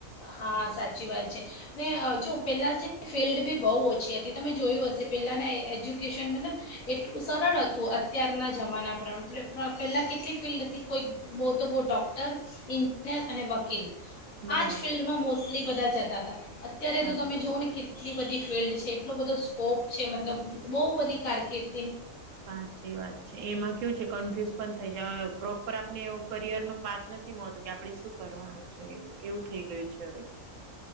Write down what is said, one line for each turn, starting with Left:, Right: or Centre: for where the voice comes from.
Left: હા સાચી વાત છે ને જો પહેલાં જે ફિલ્ડ બી બહુ ઓછી હતી તમે જોયું હશે પહેલાંના એજ્યુકેશન મતલબ એટલું સરળ હતું અત્યારના જમાના પર પહેલાં કેટલી ફિલ્ડ હતી કોઈક બહુ તો બહુ ડૉક્ટર ઇન્જિનિયર અને વકીલ
Right: આ
Left: આ ફિલ્ડમાં મોસ્ટલી બધા જતા હતા અત્યારે
Right: સાચી
Left: તો તમે જોવઓ
Right: વાત
Left: ને કેટલી બધી. ફિલ્ડ છે એટલો બધો સ્કોપ છે મતલબ બહુ બધી કારકિર્દ.
Right: સાચી વાત છે એમાં કેયુ છે કન્ફ્યુઝ પણ થઈ જ પ્રોપ. ઉપ આપને. કરિયર નો પાત નથી મળતો કે આપડે શું કરવાનું. છે એવું. થઈ ગય છે હવે તો.